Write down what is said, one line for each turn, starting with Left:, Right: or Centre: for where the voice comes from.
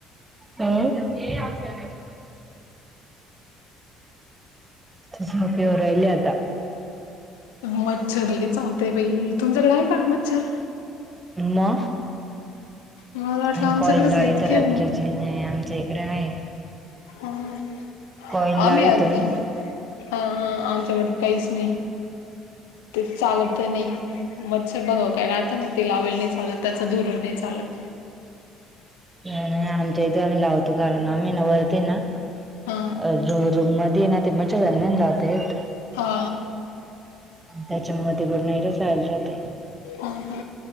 Right: अं? आता झोप येऊ राहिली आता.
Left: मच्छर लई चावते बाई तुमच्याकडे आहे का मच्छर?
Right: ना.
Left: मला वाटलं
Right: आणि
Left: आमच्याकडेच
Right: कॉयल लावितो
Left: इतके
Right: रात्रीचे आमच्या इकडे आहे.
Left: हम
Right: कॉईल लावितोय
Left: आम्ही आता हा हा आमच्याकड काहीच नाही. ते चालत नाही. मच्छर बघाव काय राहता ना? ते लावेल नाही चालत त्याचं धूर नाही चालत.
Right: नाही नाही आमच्या इथे आम्ही लावतो. कारण आम्ही ना वरते ना?
Left: हा
Right: अ रूममध्ये ना ते मच्छरदाणी नाही ना लावता येत.
Left: हा
Right: त्याच्यामुळे ते गड नाईटच रायला राहते.
Left: ह ह